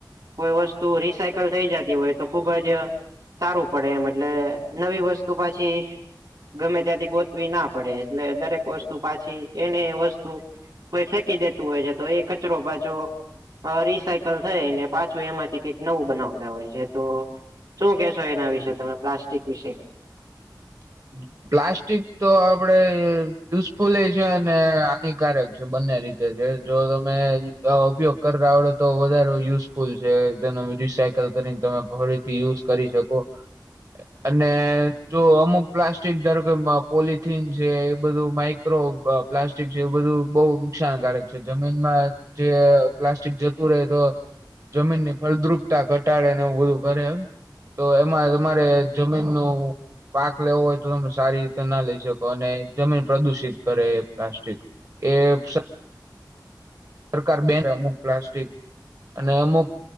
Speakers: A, on the right; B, on the right.
A: કોઈ વસ્તુ રિસાયકલ થઈ જતી હોય તો ખુબ જ સારું પડે એમ એટલે નવી વસ્તુ પાછી ગમે ત્યાંથી ગોતવી ના પડે એટલે દરેક વસ્તુ પાછી એને વસ્તુ કોઈ ફેંકી દેતું હોય છે તો એ કચરો પાછો આ રિસાયકલ થઈને પાછું એમાંથી કંઈક નવું બનાવતા હોય છે તો શું કેશો એના વિશે તમે પ્લાસ્ટિક વિશે.
B: <inaudible> પ્લાસ્ટિક તો આપડે યુઝફુલે છે અને હાનિકારક છે બંને રીતે. તે કે જો તમે <unintelligible> ઉપયોગ કરતા આવડે તો વધારે યુઝફુલ છે તેનો રિસાય કલ કરીને તમે ફરીથી યુઝ કરી શકો અને જો અમુક પ્લાસ્ટિક ધારો કે મા પોલથીન છે એ બધું માઈક્રો પા પ્લાસ્ટિક છે એ બધું બઉ નુકસાનકારક છે જમીનમાં જે પ્લાસ્ટિક જતું રહે તો જમીન ની ફળદ્રુપતા ઘટાડે ને એવું બધું કરે એમ. તો એમાં તમારે જમીન નું લેવો હોય તો તમે સારી રીતે ના લઈ શકો અને જમીન પ્રદુષિત કરે એ પ્લાસ્ટિક. એ <unintelligible> સરકાર બેન અમુક પ્લાસ્ટિક અને અમુક